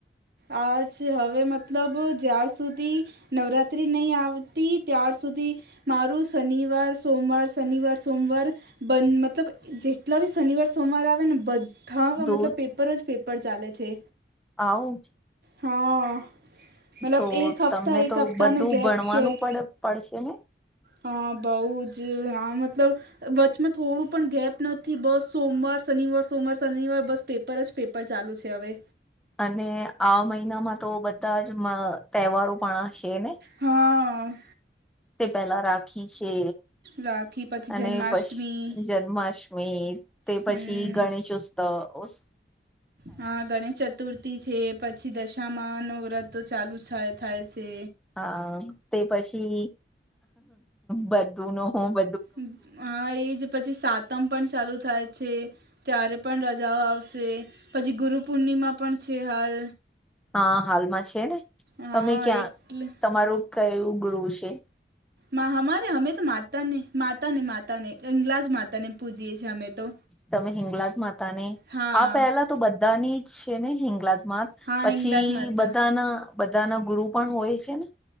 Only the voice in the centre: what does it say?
દૂર
આવુ
તો
તમને
તો
બધું
ભણવાનું પડ પડશે ને
અને આ મહિનામાં તો બધા જ મ તહેવારો પણ હશે નઈ
તે પેલા રાખી છે
અને
પશ જન્માશ મી તે પશી
ગણેશઉત્સવ ઉશ
હન, તે પછી બધું નો બ
હા, હાલમાં છે ને.
તમે ક્યાં,
તમારું કયું ગુરુ છ.
તમે હિંગલાજ માતાને,
આ પહેલા તો બધાની જ છે ને હિંગલાજ મા
પછી
બધાના-બધાના ગુરુ પણ હોય છેને.